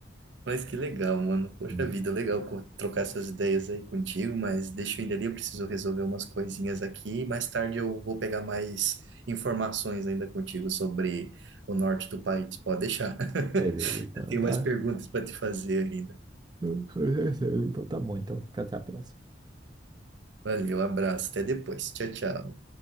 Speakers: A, on the right; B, on the right.
A: Mas que legal, mano. Poxa
B: Hum,
A: vida, legal co- trocar essas ideias aí contigo, mas deixa eu ir ali, eu preciso resolver umas coisinhas aqui. Mais tarde eu vou pegar mais informações ainda contigo sobre o norte do país. Pode deixar. <laughs>
B: Beleza, então,
A: Tenho
B: tá.
A: mais perguntas para te fazer ainda.
B: <laughs> Então tá bom, então fica até a próxima.
A: Valeu, abraço, até depois. Tchau, tchau.